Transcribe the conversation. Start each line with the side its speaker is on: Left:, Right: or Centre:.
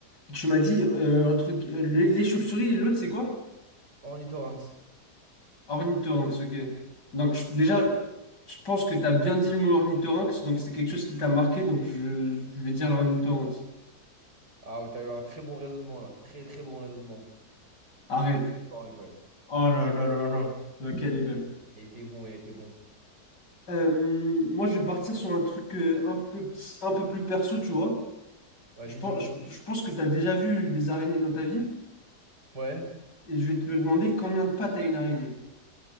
Left: Tu m'as dit euh, un truc, euh, les les chauves-souris et l'autre, c'est quoi?
Right: Ornithorynx.
Left: Ornithorynx, ok. Donc je- déjà, je pense que tu as bien dit le mot ornithorynx, donc c'est quelque chose qui t'a marqué, donc je, je vais dire l'ornithorynx.
Right: Ah, ouais, t'as eu un très bon raisonnement là. Très, très bon raisonnement.
Left: Arrête.
Right: Et c'était l'ornithorynx, ouais.
Left: Oh là là là là. Ok, elle est belle.
Right: Il a été bon, il a été bon.
Left: Euh, moi, je vais partir sur un truc euh, un peu, un peu plus perso, tu vois.
Right: Vas-y,
Left: Je pense,
Right: dis-moi
Left: je,
Right: tout.
Left: je pense que tu as déjà vu des araignées dans ta vie,
Right: Ouais.
Left: et je vais te demander combien de pattes a une araignée.